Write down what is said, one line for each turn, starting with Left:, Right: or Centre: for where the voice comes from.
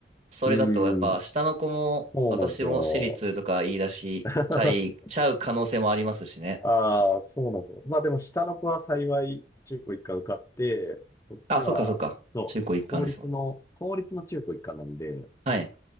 Right: それだと、
Left: う
Right: やっぱ、
Left: ん、
Right: 下の子も、
Left: そうなんですよ。
Right: 私も私立とか言い出し、
Left: <laughs>
Right: ちゃい、ちゃう可能性もありますしね。
Left: ああ、そうなんですよ。まあでも下の子は幸い中高一貫受かって、そっちは、
Right: あ、そっかそっか。
Left: そう、
Right: 中高一貫ですもんね。
Left: 公立の、公立の中高一貫なんで、
Right: はい。